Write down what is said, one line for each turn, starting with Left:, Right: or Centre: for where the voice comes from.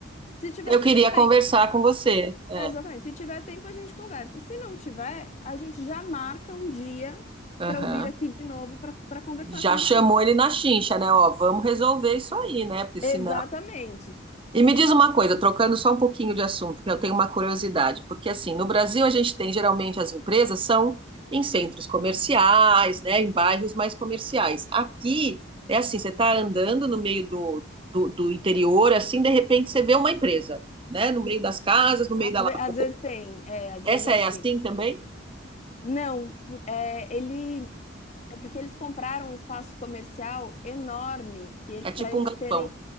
Left: se tiver
Right: Eu
Left: tempo,
Right: queria
Left: bem.
Right: conversar com você. É.
Left: É, exatamente. Se tiver tempo, a gente conversa. Se não tiver, a gente já marca um dia
Right: Aham.
Left: para eu vir aqui de novo para para conversar
Right: Já
Left: com
Right: chamou
Left: você.
Right: ele na chincha, né? Ó, vamos resolver isso aí, né? Porque senão.
Left: Exatamente.
Right: E me diz uma coisa, trocando só um pouquinho de assunto, que eu tenho uma curiosidade, porque assim, no Brasil a gente tem geralmente as empresas são em centros comerciais, né, em bairros mais comerciais. Aqui é assim, você está andando no meio do, do, do interior, assim, de repente você vê uma empresa, né, no meio das casas, no meio
Left: Às,
Right: da lavoura.
Left: ve- às vezes tem, é, às
Right: Essa
Left: vezes é
Right: é
Left: assim.
Right: assim também?
Left: Não, por- é, ele é porque eles compraram um espaço comercial enorme que ele,
Right: É tipo
Left: para eles
Right: um galpão.
Left: terem